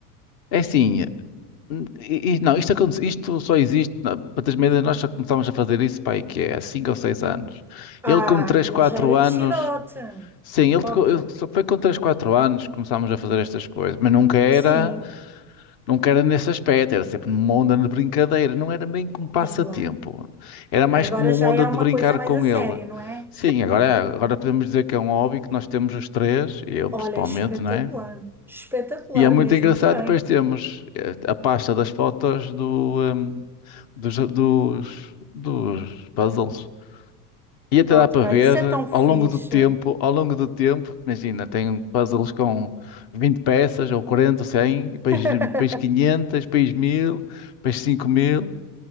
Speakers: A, on the left; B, in the centre.
A: É assim, hum, e- e- não, isto, aconte- isto só existe, na- para teres uma ideia, nós já começámos a fazer isso, pai, que é há 5 ou 6 anos.
B: Ah,
A: Ele com 3,
B: ele
A: 4
B: já era
A: anos...
B: crescidote.
A: Sim, ele,
B: Ok.
A: tocou- ele só foi com 3, 4 anos que começámos a fazer estas coisas, mas nunca era,
B: Sim,
A: nunca era nesse aspecto, era sempre numa onda de brincadeira, não era bem como passatempo,
B: sim, claro.
A: era mais
B: Agora
A: como uma
B: já
A: onda
B: é
A: de
B: uma
A: brincar
B: coisa mais
A: com
B: a sério,
A: ele.
B: não é?
A: Sim, agora, agora podemos dizer que é um hobby que nós temos os três, eu
B: Olha,
A: principalmente,
B: espetacular,
A: não é?
B: espetacular
A: E é muito
B: mesmo,
A: engraçado,
B: adorei.
A: depois temos eh, a pasta das fotos do, ehm, dos, dos, dos puzzles. E até
B: Ok,
A: dá para ver
B: isso é tão fixe.
A: ao longo do tempo, ao longo do tempo, imagina, tem puzzles com 20 peças, ou 40 ou 100, e depois,
B: <laughs>
A: depois 500, depois 1000 depois 5000.